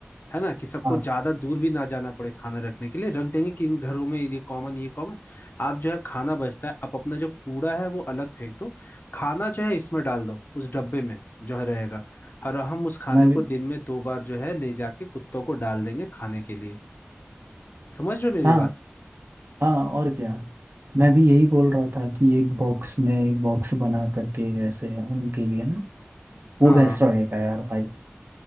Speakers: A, on the left; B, on the right.
A: है ना कि सबको
B: हाँ
A: ज्यादा दूर भी ना जाना पड़े खाना रखने के लिए रख देंगे कि इन घरों में ये कॉमन ये कॉमन आप जो है खाना बचता है आप अपना जो कूड़ा है वो अलग फेंक दो खाना जो है इसमें डाल दो उस डब्बे में जो है रहेगा और हम उस खाने
B: मैं
A: को
B: भी
A: दिन में दो बार जो है ले जाके कुत्तों को डाल देंगे खाने के लिए समझ रहे हो मेरी
B: हाँ
A: बात
B: हाँ और क्या मैं भी यही बोल रहा था कि एक बॉक्स में एक बॉक्स बना करके ऐसे उनके लिए ना वो
A: हाँ
B: बेस्ट रहेगा यार भाई